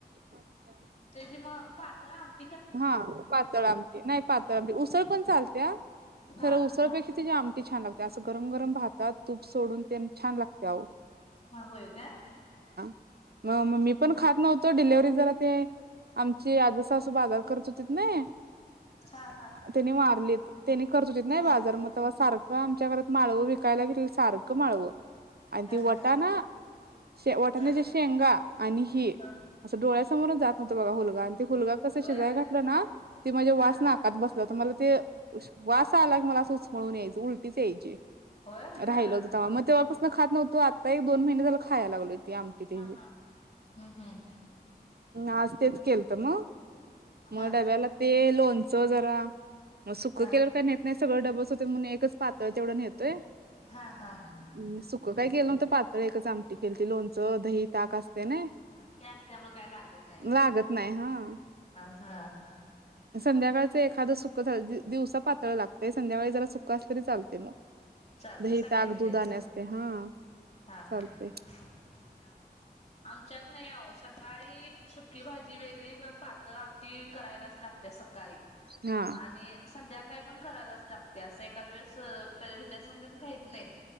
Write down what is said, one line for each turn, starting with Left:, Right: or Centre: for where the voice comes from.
Right: छान होत्या.
Left: त्याची मग पातळ आमची
Right: हा पातळ आमटी नाही पातळ तर आमटी उसळ पण चालत्या
Left: हा
Right: खरं उसळपेक्षा
Left: हा
Right: तिची आमटी छान लागते. त्यास गरम गरम भातात तूप सोडून ते छान लागते आओ.
Left: हा होय का?
Right: मग मग मी पण खात नव्हतो डिलेवर्ही जरा ते आमची अजे सासू बाजार करत होती. <unintelligible>
Left: हा हा
Right: त्यानी वारलीत त्यानी करत होतीत नाय
Left: हा
Right: बाजार म तवा सारखं आमच्या घरात माळव विक, कायला घेतल की सारखं माळव आणि
Left: हा
Right: ती वाटाणा
Left: हा
Right: शे वटाण्याच्या
Left: हा
Right: शेंगा आणि हि
Left: हा
Right: असं डोळ्यासमोर जात नव्हतं बघा हुल्गा आणि ते हुल्गा
Left: होय
Right: शिजय घातलं ना ती माझ्या वास
Left: हा हा
Right: नाकात मला ते वास आला की मला सचमळून यायची उलटीच यायची,
Left: होय हा
Right: राहिलं
Left: हा
Right: होतं. तेव्हा मग तेव्हापासून खात नव्हतो आता एक दोन महिने झालं खायला लागलो. ती आमटी त्याची.
Left: हा हा हम्म हम्म
Right: आज तेच केलत मग मग
Left: हा
Right: डब्याला ते लोणचं जरा. मग सुकं
Left: हा
Right: केलं काही नेत नाही सगळं डबल्स होत म्हणून एकच पातळ तेवढं नेहतोई.
Left: हा हा
Right: हम सुक काय केलं नव्हतं पातळ एकच आमटी खेलती लोणचं दही ताक असतई ना.
Left: ल्यामुळे काही लागत नाही वय.
Right: लागत नाही हा
Left: हा
Right: संध्याकाळचं एखादं सुख झा दिवसा पातळ लागतेय संध्याकाळी जरा सुख असलं तरी लते मग.
Left: चालते
Right: नही
Left: सगळ्यासनीच
Right: ताक दूध आणि असते हा
Left: हा
Right: चालतंय.
Left: हा हा हा आम आमच्यात नाही आहो सकाळी सुकी भाजी वेगळी पण पातळ आमट करायलाच लागत सकाळी
Right: हां
Left: आणि संध्याकाळी पण करायलाच लागतीय असं एकाद वेळेस कधी त्या संग खहीत नाहीत.